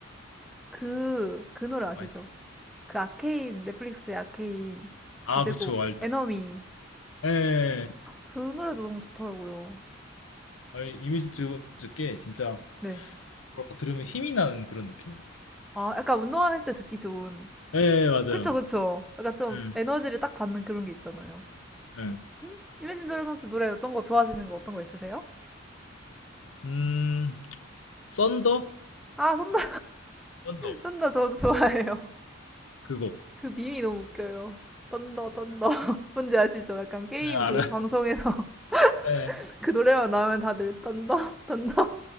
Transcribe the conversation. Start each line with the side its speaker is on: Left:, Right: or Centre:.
Centre: 그, 그 노래 아시죠?
Left: 많이 듣-
Centre: 그 아케인, 넷플릭스의 아케인
Left: 아
Centre: 주제곡,
Left: 그쵸 알죠.
Centre: 에너미.
Left: 예.
Centre: 그 노래도 너무 좋더라고요.
Left: 아니 이미진 드래곤즈께 진짜
Centre: 네.
Left: 뭐랄까 들으면 힘이 나는 그런 느낌이에요.
Centre: 아, 약간 운동할 때 듣기 좋은.
Left: 예 맞아요.
Centre: 그쵸, 그쵸. 약간 좀
Left: 음.
Centre: 에너지를 딱 받는 그런 게 있잖아요.
Left: 예.
Centre: 음, 이매진 드래곤스 노래 어떤 거 좋아하시는 거 어떤 거 있으세요?
Left: 음 썬더
Centre: 아, 던더
Left: 썬더
Centre: 선더 <laughs> 저도 좋아해요.
Left: 그거
Centre: 그 밈이 너무 웃겨요. 던더 던더 <laughs> 뭔지 아시죠? 약간 게임
Left: 예
Centre: 그
Left: 알아. <laughs>
Centre: 방송에서 <laughs>
Left: 예.
Centre: 그 노래만 나오면 다들 던더던더